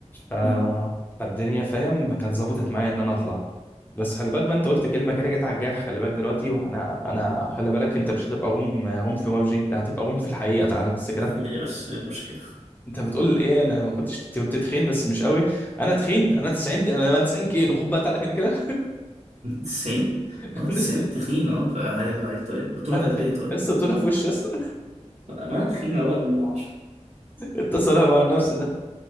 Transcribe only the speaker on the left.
ف...
فالدنيا فاهم كانت ظبطت معايا ان انا اطلع بس خلي بالك بقى انت قلت كلمة كده جت على الجرح خلي بالك دلوقتي وانا انا خلي بالك انت مش هتبقى غم غم في موجي ده هتبقى غم في الحقيقة تعالى بس كده
انت بتقول ايه انا ما كنتش كنت تخين بس مش قوي انا تخين انا 90 دي انا 90 كيلو خد بقى تعالى كده كده
<laughs>
انا
تخين
لسه بتقولها في وشي لسه
انت صالح <laughs> مع النفس ده